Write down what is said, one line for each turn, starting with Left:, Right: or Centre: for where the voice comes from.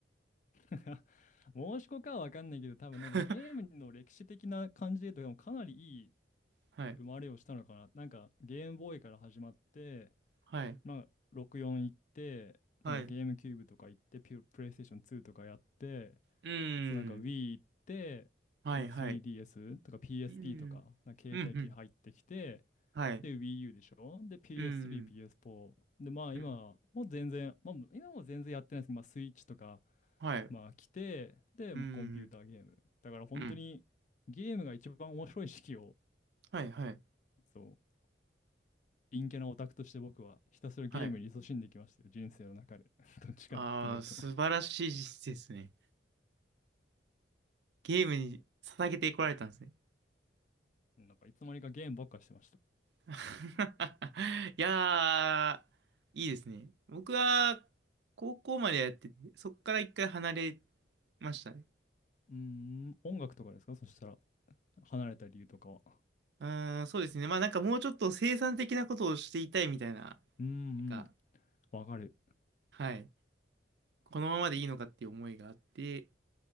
Left: <laughs> 申し子かはわかんないけど、多分なんかゲームの歴史的な感じで言うと、
Right: <laughs>
Left: でもかなりいい
Right: はい。
Left: 生まれをしたのかな。なんかゲームボーイから始まって、
Right: はい。
Left: まあ、64行って、
Right: はい。
Left: なんかゲームキューブとか行って、
Right: う
Left: ピュプレイステーション2とかやって、
Right: ーん。
Left: そうなんか Wii 行って、
Right: はいはい。
Left: なんか 3DS とか PSP
Right: うーん。
Left: とか、なんか携帯機入ってきて、
Right: うんうん。はい。う
Left: で、Wii U でしょで、PS3、
Right: ーん。
Left: PS4。で、まあ今、
Right: うん。
Left: もう全然、まあ今も全然やってないですけど、まあスイッチとか、
Right: はい。う
Left: まあ来て、で、
Right: ーん。
Left: もうコンピューターゲーム。だから本当にゲームが一番面白い時期を、
Right: うん。はいはい。
Left: そう、陰キャなオタクとして僕はひたすらゲームに勤しんできましたよ、
Right: はい。
Left: 人生の中で。<laughs> どっちかっていうと
Right: ああ、素晴らしいですね。ゲームに捧げてこられたんですね。
Left: なんかいつの間にかゲームばっかしてました。
Right: <laughs> いやー、いいですね。僕は高校までやってて、そっから一回離れましたね。
Left: うーん、音楽とかですかそしたら、離れた理由とかは。
Right: うーん、そうですね。まあなんかもうちょっと生産的なことをしていたいみたいな、な
Left: うんうん、
Right: んか、
Left: わかる。
Right: はい。このままでいいのかっていう思いがあって、